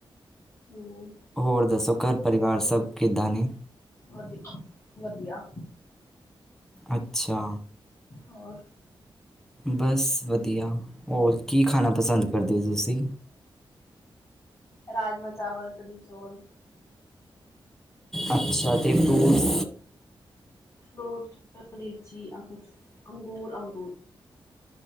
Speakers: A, on the left; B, in the centre.
A: ਹੂੰ।
B: ਹੋਰ ਦੱਸੋ ਘਰ ਪਰਿਵਾਰ ਸਭ ਕਿੱਦਾਂ ਨੇ?
A: ਵਧੀ ਵਧੀਆ।
B: ਅੱਛਾ।
A: ਹੋਰ?
B: ਬਸ ਵਧੀਆ, ਹੋਰ ਕੀ ਖਾਣਾ ਪਸੰਦ ਕਰਦੇ ਹੋ ਤੁਸੀਂ?
A: ਰਾਜਮ ਚਾਵਲ, ਕੜੀ ਚੌਲ।
B: ਅੱਛਾ ਤੇ ਪੋਸ।
A: ਫਰੂਟਚ, ਲੀਚੀ, ਅੰਕ ਅੰਗੂਰ, ਅੰਮਰੂਦ।